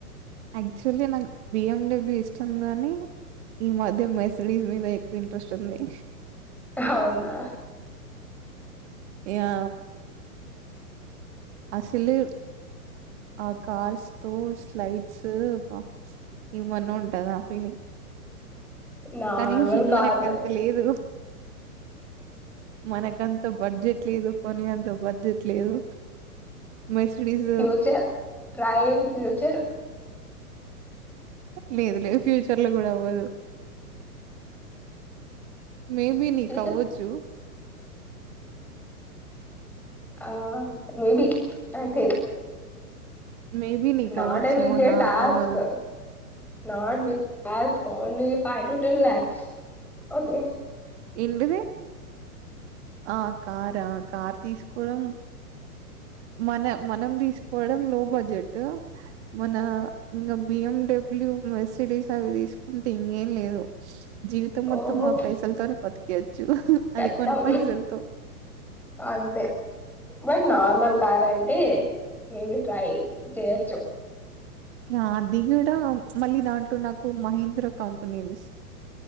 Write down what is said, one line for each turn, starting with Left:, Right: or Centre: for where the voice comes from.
Right: యాక్చువల్లీ నాకు బిఎండబ్ల్యూ ఇష్టం గాని ఈ మధ మెస్ీస్ మీకు ఇంటరెస్ట్ న్నంది
Centre: అవునా
Right: యా అస్ సలు ఆ కార్స్ త స్లైడ్స్ బ ఇవ మన్న ఉంటదా ఆ ఫీలింగ్
Centre: నార్మల్
Right: కానీ
Centre: కార్లే
Right: మనకంత లేదు మనకంత బడ్జెట్ ట్దు కొని అంత బజట్లేదు మసిలీస్
Centre: వ్యాచర్ టై ఇన్ ఫ్యూచర్
Right: లేదు లేదు ఫ్యూచర్ లో కూడా అవ్వదు మ బి న
Centre: ఫ్యూచర్
Right: కో చు
Centre: ఆ మేబి ఐథిక్
Right: మేబి నీకు
Centre: నాట్
Right: అవ్వచ్చేమో
Centre: ఎ బింగ్
Right: నాకవ్వదు
Centre: టాస్క్ నాట్ బ టస్ only five ten lakhs okay
Right: ఎంటిది ఆ కార్ కార్ తీసుకోవడం మన మనం తీసుకోవడం లో బడ్జెట్ మన ఇంకా బియ్యం డబ్ల్యూ మర్సిడీస్ చవి తీసుకుంటే ఇంకేం లేదు జీవితం మొత్తం
Centre: ఓహో
Right: మా పైసలతోర పతికే చ
Centre: చెత్తం
Right: అది కొన పైసలుతో
Centre: అంతే బట్ నార్మల్ కార్ అంటే మేబి ట్రై చేయచ్చు
Right: ఆ దిగడ మళ్ళీ దాంట్లో నాకు మహీంద్ర కంపెనీది